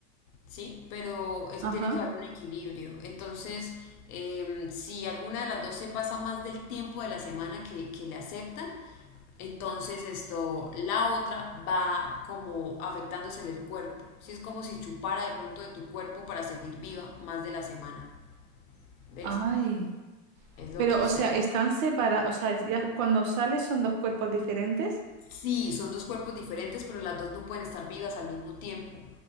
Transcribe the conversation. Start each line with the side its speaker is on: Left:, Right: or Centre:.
Left: ¿sí? Pero es,
Right: ajá.
Left: tiene que haber un equilibrio. Entonces, em, si alguna de las dos se pasa más del tiempo de la semana que, que le aceptan, entonces esto, la otra va como afectándosele el cuerpo. sí es como si chupara de pronto de tu cuerpo para seguir viva más de la semana. ¿Ves?
Right: Ay,
Left: Es loquísimo.
Right: pero, o sea, están separados, o sea, ya cuando sales son dos cuerpos diferentes.
Left: Sí, son dos cuerpos diferentes, pero las dos no pueden estar vivas al mismo tiempo.